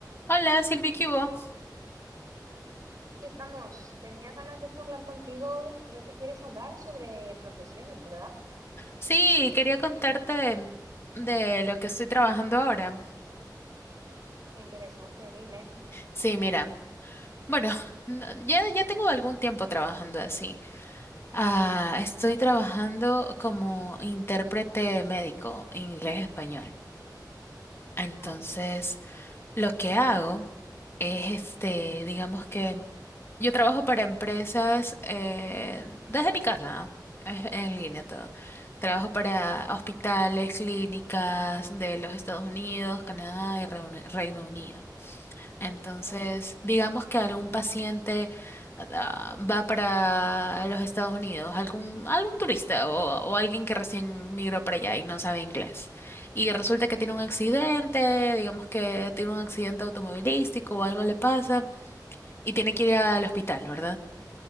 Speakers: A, on the left; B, on the right.
A: Hola, Silvi, ¿qué hubo?
B: Aquí estamos. Tenía ganas de charlar contigo. Creo que quieres hablar sobre profesiones, ¿verdad?
A: Sí, quería contarte de lo que estoy trabajando ahora.
B: Qué interesante, dime.
A: Sí, mira, bueno, no- ya, ya tengo algún tiempo trabajando así. Ah, estoy trabajando como intérprete médico, inglés-español. Entonces,
B: Ajá,
A: lo que hago es este, digamos que Yo trabajo para empresas eh, desde mi casa, es en línea todo. Trabajo para hospitales, clínicas de los Estados Unidos, Canadá y Reun- Reino Unido. Entonces,
B: ajá,
A: digamos que algún paciente ah, va para los Estados Unidos, algún, algún turista o, o alguien que recién migró para allá y no sabe inglés. Y resulta que tiene un accidente, digamos que tiene un accidente automovilístico o algo le pasa y tiene que ir al hospital, ¿verdad?